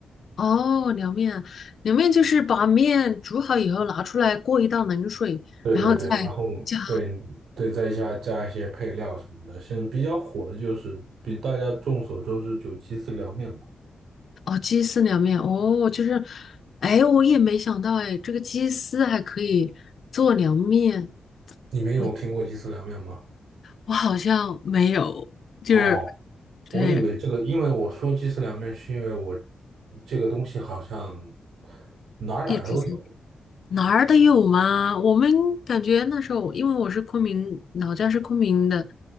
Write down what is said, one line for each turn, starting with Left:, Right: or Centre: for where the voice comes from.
Left: 哦，凉面，凉面就是把面煮好以后拿出来过一道冷水，
Right: 对对对，
Left: 然后再
Right: 然后对对，
Left: 加
Right: 再加加一些配料什么的。现在比较火的就是比大家众所周知，就鸡丝凉面嘛。
Left: 哦鸡丝凉面，哦就是，哎我也没想到哎，这个鸡丝还可以做凉面，
Right: 你没有听过鸡丝凉面吗？
Left: 我我好像没有，就是。
Right: 哦，
Left: 对，
Right: 我以为这个，因为我说鸡丝凉面，是因为我这个东西好像哪儿哪儿都有。
Left: 一直在哪儿的有吗？我们感觉那时候，因为我是昆明，老家是昆明的，